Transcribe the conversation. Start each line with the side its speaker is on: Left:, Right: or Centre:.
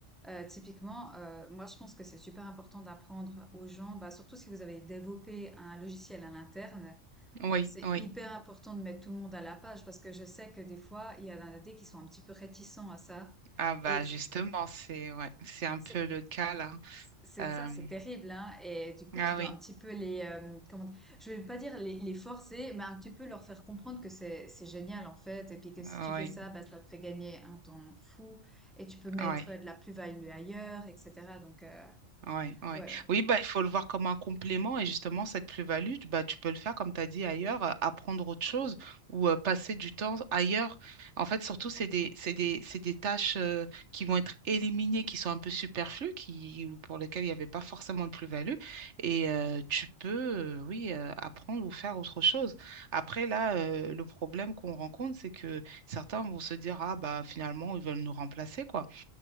Centre: Euh, typiquement, euh, moi je pense que c'est super important d'apprendre aux gens, bah, surtout si vous avez développé un logiciel à l'interne,
Right: oui,
Centre: c'est
Right: oui.
Centre: hyper important de mettre tout le monde à la page parce que je sais que des fois, il y en a des qui sont un petit peu réticents à ça.
Right: Ah bah
Centre: Et c'est
Right: justement, c'est ouais, c'est un
Centre: c'est-
Right: peu le cas là.
Centre: c'est
Right: Euh,
Centre: ça, c'est terrible, hein. Et du coup,
Right: ah
Centre: tu dois
Right: oui,
Centre: un petit peu les, euh, comment, dire- je vais pas dire les, les forcer, mais un petit peu leur faire comprendre que c'est c'est génial en fait, et puis que
Right: oui,
Centre: si tu fais ça, bah, ça te fait gagner un temps fou et tu peux mettre
Right: oui.
Centre: de la plus-value ailleurs, etc. Donc euh,
Right: Ouais, ouais.
Centre: Ouais,
Right: Oui, bah, il faut le voir comme un complément et justement, cette plus-value, tu- bah, tu peux le faire, comme tu as dit ailleurs, euh, apprendre autre chose ou euh, passer du temps ailleurs. En fait, surtout, c'est des, c'est des, c'est des tâches euh, qui vont être éliminées, qui sont un peu superflues, qui, ou pour lesquelles il n'y avait pas forcément de plus-value. Et euh, tu peux, euh, oui, euh, apprendre ou faire autre chose. Après, là, euh, le problème qu'on rencontre, c'est que certains vont se dire, ah, bah, finalement, ils veulent nous remplacer, quoi.